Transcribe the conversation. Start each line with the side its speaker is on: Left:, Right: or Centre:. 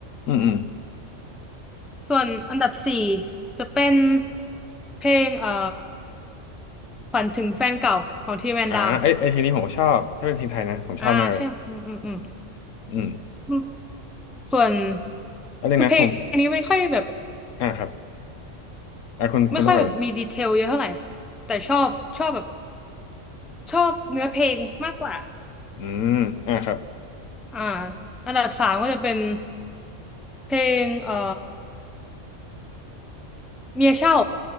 Left: อืมอืม
Centre: ส่วนอันดับสี่จะเป็นเพลงเอ่อฝันถึงแฟนเก่าของทีแมนดาว
Left: อ่าไอไอเพลงนี้ผมก็ชอบถ้าเป็นเพลงไทยนะผมชอบมากเลย
Centre: อ่าใช่อืมอืมอืม
Left: อืม
Centre: อืมส่วน
Left: แล้วนึงนะผม
Centre: คือเพลงนี้ไม่ค่อยแบบ
Left: อ่าครับอ่าคุณคุณต้องก่อนเลย
Centre: ไม่ค่อยแบบมีดีเทลเยอะเท่าไหร่แต่ชอบชอบแบบชอบเนื้อเพลงมากกว่า
Left: อืมอ่าครับ
Centre: อ่าอันดับสามก็จะเป็นเพลงเอ่อเมียเช่า